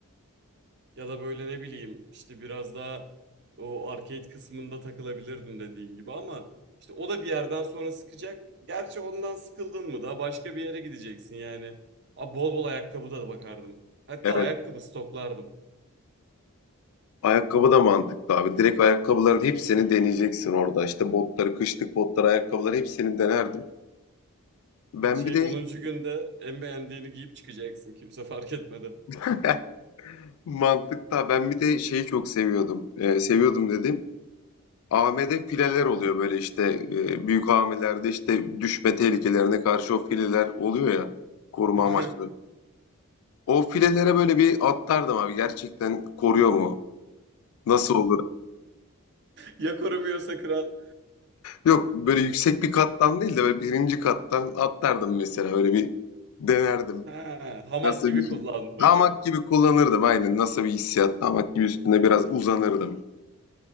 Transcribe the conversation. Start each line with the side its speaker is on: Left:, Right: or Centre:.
Right: Ya da böyle ne bileyim işte biraz daha o arcade kısmında takılabilirdim dediğin gibi ama işte o da bir yerden sonra sıkacak. Gerçi ondan sıkıldın mı da başka bir yere gideceksin yani. Abi bol bol ayakkabı da bakardım. Hatta
Left: Evet.
Right: ayakkabı stoklardım.
Left: Ayakkabı da mantıklı abi. Direkt ayakkabıların hepsini deneyeceksin orada. İşte botları, kışlık botları, ayakkabıları hepsini denerdim. Ben
Right: Şey
Left: bir de
Right: onuncu günde en beğendiğini giyip çıkacaksın kimse fark etmeden.
Left: <laughs> mantıklı. Ben bir de şeyi çok seviyordum. Ee, seviyordum dedim. AM'de fileler oluyor böyle işte e, büyük AM'lerde işte düşme tehlikelerine karşı o fileler oluyor ya koruma
Right: <laughs>
Left: amaçlı. O filelere böyle bir atlardım abi. Gerçekten koruyor mu? Nasıl olur?
Right: Ya korumuyorsa kral.
Left: Yok böyle yüksek bir kattan değil de böyle birinci kattan atlardım mesela öyle bir denerdim.
Right: Ha, hamak
Left: Nasıl
Right: gibi
Left: bir
Right: kullanmaca.
Left: hamak gibi kullanırdım aynen nasıl bir hissiyat hamak gibi üstüne biraz uzanırdım.